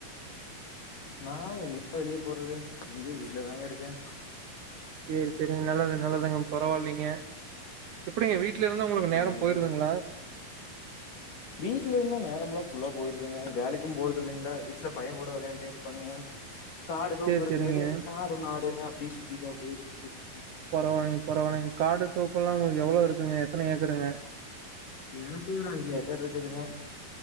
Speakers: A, on the left; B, on the right.
A: நா எங்கீங்க வெளிய போறது இங்கி வீட்லதாங்க இருக்கே
B: சேர் சேரிங்க நல்லது நல்லதுங்க பரவாலிங்க எப்டிங்க வீட் வீட்ல இருந்து உங்குளுக்
A: சேரி
B: நேர போயிருதுங்குளா
A: வீட்ல இருந்தா நேரம்லா ஃபுல்லா போயிருதுங்க வேலைக்கு போறதுங் இல்லைங்கிளா வீட்ல பைய கூட விளாண்டே இருப்பனுங் காடு தோப்பு
B: சேரி
A: இருந்துகாட்டி
B: சேரிங்க
A: இது காடு மாடுனு அப்டி சுத்திட்டு அப்டியே <unintelligible>
B: பரவாலிங் பரவாலிங் காடு தோப்பு எல்லா உங்குளுக்கு எவ்ளோ இருக்குங்க எத்தன ஏக்கருங்க
A: எனக்கு ஒரு அஞ்சு ஏக்கர் இருக்குதுங்க